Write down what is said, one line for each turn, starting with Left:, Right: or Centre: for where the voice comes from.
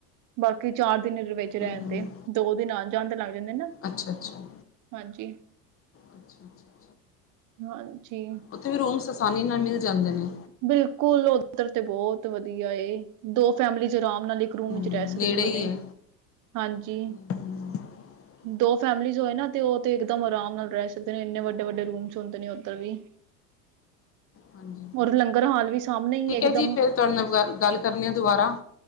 Right: ਬਾਕੀ ਚਾਰ ਦਿਨ ਵਿੱਚ ਰਹਿਨ
Left: ਹੂੰ-ਹੂੰ
Right: ਤੇ ਦੋ ਦਿਨ ਆਨ ਜਾਨ ਤੇ ਲੱਗ ਜਾਂਦੇ
Left: ਅੱਛਾ ਅੱਛਾ
Right: ਹਾਂਜੀ।
Left: ਅੱਛਾ-ਅੱਛਾ।
Right: ਹਾਂਜੀ।
Left: ਉੱਥੇ ਵੀ ਰੂਮਸ ਆਸਾਨੀ ਨਾਲ ਮਿਲ ਜਾਂਦੇ ਨੇ
Right: ਬਿਲਕੁਲ ਉੱਧਰ ਤੇ ਬਹੁਤ ਵਧੀਆ ਏ ਦੋ ਫੈਮਲੀਜ਼ ਆਰਾਮ ਨਾਲ ਇੱਕ ਰੂਮ
Left: ਹੂੰ
Right: ਵਿੱਚ ਰਹਿ ਸਕਦੀਆਂ
Left: ਨੇੜੇ ਹੀ
Right: ਨੇ
Left: ਹੈ।
Right: ਹਾਂਜੀ
Left: ਹੂੰ <inaudible>
Right: ਦੋ ਫੈਮਲੀਜ਼ ਹੋਏ ਨਾ ਤੇ ਉਹ ਤੇ ਇੱਕਦਮ ਆਰਾਮ ਨਾਲ ਰਹਿ ਸਕਦੇ ਨੇ ਇੰਨੇ ਵੱਡੇ ਵੱਡੇ ਰੂਮਸ ਹੁੰਦੇ ਨੇ ਉੱਧਰ ਵੀ
Left: ਹਾਂਜੀ
Right: ਔਰ ਲੰਗਰ ਹਾਲ ਵੀ ਸਾਹਮਣੇ ਹੀ
Left: ਠੀਕ
Right: ਇਕਦਮ
Left: ਹੈ ਜੀ ਫਿਰ ਤੁਹਾਡੇ ਨਾਲ ਗੱਲ ਕਰਨੀ ਆ ਦੁਬਾਰਾ